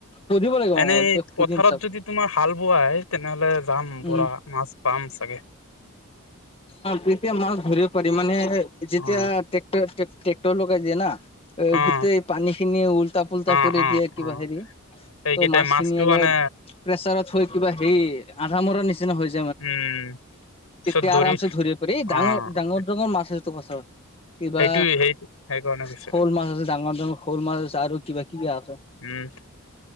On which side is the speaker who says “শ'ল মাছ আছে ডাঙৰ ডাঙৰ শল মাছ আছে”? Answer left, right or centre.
Left